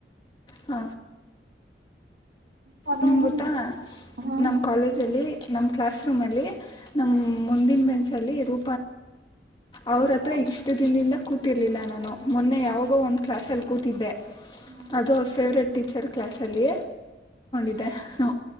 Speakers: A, on the left; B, on the right.
A: ಹ
B: ಹಾ
A: ನಿಮ್ ಗೊತ್ತಾ
B: ಹಾ
A: ನಮ್ ಕಾಲೇಜ ಅಲ್ಲಿ ನಮ್ ಕ್ಲಾಸ್ ರೂಮ ಅಲ್ಲಿ ನಮ ಮುಂದಿನ ಬೆಂಸಲ್ಲಿ ರೂ ಅವ್ರತ್ರ
B: ಹಾ
A: ಇಷ್ಟ ದಿನದಿಂದ ಕ ಎಲ್ಲನನೋ ಮೊನ್ನೆ ಯಾವಾದೋ ಒಂದೂ ಕ್ಲಾಸ್ ಸಲ್ಲಿಸಿ ಕೂತಿದ್ದ ತಿ ಬೆ
B: ಹಾ
A: ಅದು ಫೆವರೇಟ್ ಟೀಚರ್ ಕ್ಲಾಸ್ ಅಲ್ಲಿ ಇದನ್ನು